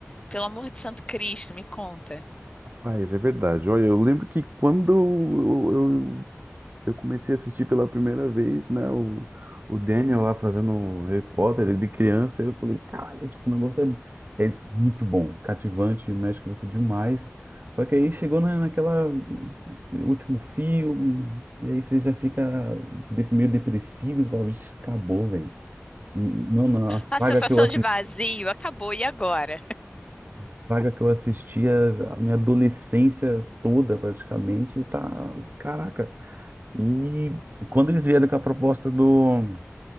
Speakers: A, on the left; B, on the right.
A: Pelo amor de Santo Cristo, me conta.
B: rapaz, é verdade. Olha, eu lembro que quando eu, eu comecei a assistir pela primeira vez, né? O, o Daniel lá fazendo o Harry Potter, ele de criança, eu falei, caralho, tipo, o negócio é, é muito bom, cativante, mexe com você demais. Só que aí chegou na, naquela último filme, e aí você já fica de- meio depressivo, você fala, "Vixe, acabou, velho. Mano, a saga
A: A sensação
B: que eu
A: de vazio acabou, e agora?
B: Saga que eu assistia a minha adolescência toda, praticamente, tá. Caraca. E quando eles vieram com a proposta do,